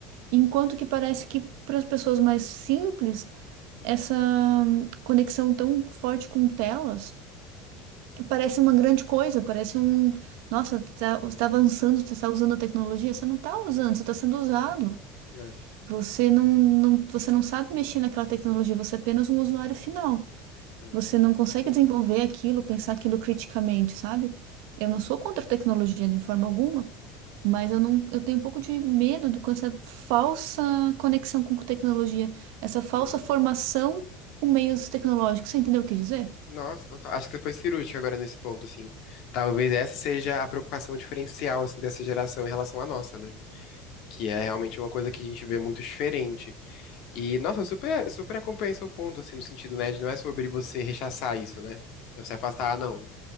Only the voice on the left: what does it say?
é,
é.
Sim.
Nossa, total. Acho que você foi cirúrgico agora nesse ponto, assim. Talvez essa seja a preocupação diferencial, assim, dessa geração em relação à nossa, né? Que é realmente uma coisa que a gente vê muito diferente. E, nossa, eu super, super acompanho seu ponto, assim, no sentido, né, de não é sobre você rechaçar isso, né? É Você afastar, ah, não,